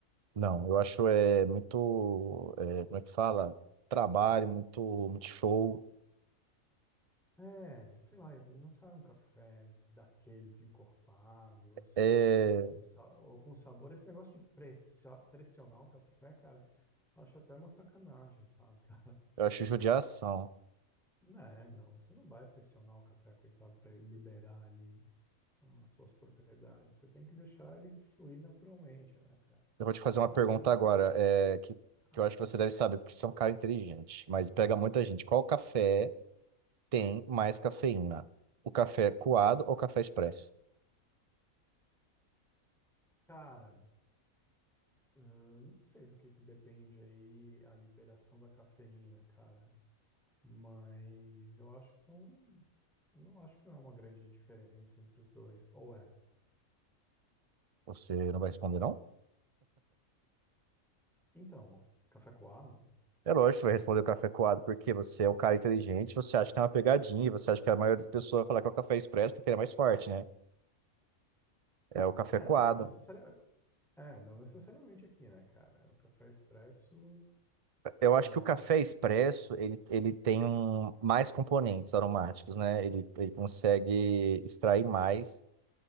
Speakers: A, on the right; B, in the centre.
A: Não, eu acho é muito, é, como é que fala? Trabalho, muito, muito show.
B: É, sei lá, Yasmin, não sai um café daqueles encorpados
A: É,
B: ou com, sa- ou com sabor. Esse negócio de pressio- pressionar o café, cara, acho até uma sacanagem, sabe, cara?
A: eu acho judiação.
B: <laughs> Não, é, não, você não vai pressionar o café, coitado, para ele liberar ali ah, as suas propriedades. Você tem que deixar ele fluir naturalmente, né, cara?
A: Eu vou te fazer uma
B: Aí,
A: pergunta agora, é, que,
B: é.
A: que eu acho que você deve saber, porque você é um cara inteligente, mas pega muita gente. Qual café tem mais cafeína? O café coado ou o café expresso?
B: cara, Ahn, não sei do que que depende aí a liberação da cafeína, cara. Mas eu acho que são. Não acho que não é uma grande diferença entre os dois. Ou é?
A: Você não vai responder, não?
B: Então, café coado?
A: É lógico que você vai responder o café coado, porque você é um cara inteligente, você acha que tem uma pegadinha, você acha que a maioria das pessoas vai falar que é o café expresso porque ele é mais forte, né? É o café
B: É,
A: coado.
B: não necessariamente. É, não necessariamente aqui, né, cara? O café expresso,
A: Eu acho
B: ele
A: que
B: é
A: o café
B: um. ch-
A: expresso, ele, ele tem um- mais componentes aromáticos, né? Ele, ele consegue extrair mais